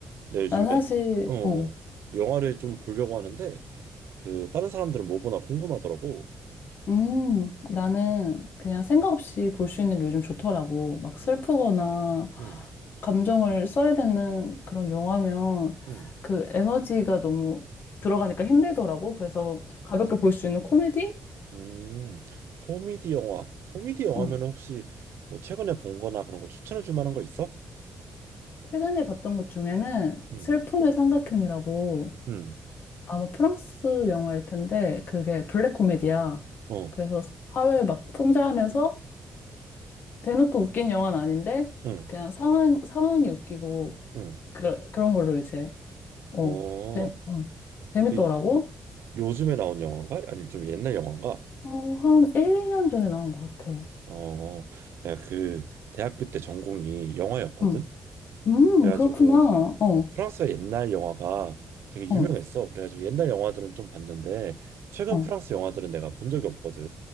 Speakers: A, on the right (about 70°); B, on the left (about 50°).
A: 내가 요즘에
B: 난 사실
A: 어,
B: 어.
A: 영화를 좀 보려고 하는데 그 다른 사람들은 뭐 보나 궁금하더라고.
B: 음, 나는 그냥 생각 없이 볼 수 있는 게 요즘 좋더라고. 막 슬프거나
A: 음, 음,
B: 감정을 써야 되는 그런 영화면
A: 음,
B: 그 에너지가 너무 들어가니까 힘들더라고. 그래서 가볍게 볼 수 있는 코미디?
A: 음. 코미디 영화. 코미디 영화면은
B: 어.
A: 혹시 뭐 최근에 본 거나 그런 거 추천해 줄 만한 거 있어?
B: 최근에 봤던 것 중에는
A: 음,
B: 슬픔의 삼각형이라고
A: 음,
B: 아마 프랑스 영화일 텐데 그게 블랙 코미디야.
A: 어,
B: 그래서 사회 막 풍자하면서 대놓고 웃긴 영화는 아닌데
A: 음,
B: 그냥 상황 상황이 웃기고
A: 음.
B: 그, 그런 걸로 이제 어,
A: 어,
B: 재, 어 재밌더라고.
A: 그 요즘에 나온 영화인가? 아니면 좀 옛날 영화인가?
B: 어, 한 1, 년 전에 나온 것 같아.
A: 어, 내가 그 대학교 때 전공이 영화였거든.
B: 응. 음,
A: 그래가지고
B: 그렇구나. 어,
A: 프랑스 옛날 영화가 되게
B: 어,
A: 유명했어. 그래가지고 옛날 영화들은 좀 봤는데 최근
B: 어.
A: 프랑스 영화들은 내가 본 적이 없거든.